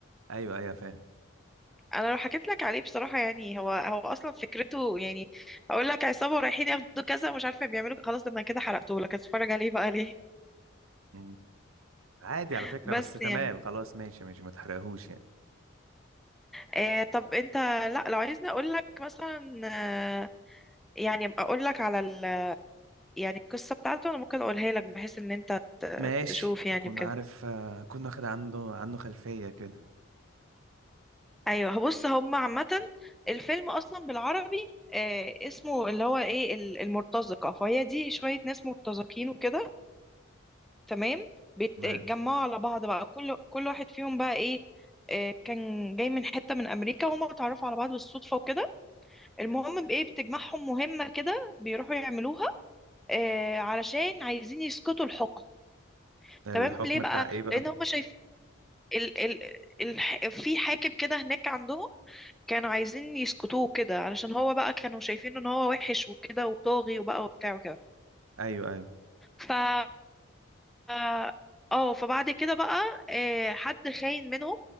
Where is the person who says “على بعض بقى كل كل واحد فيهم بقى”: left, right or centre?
Centre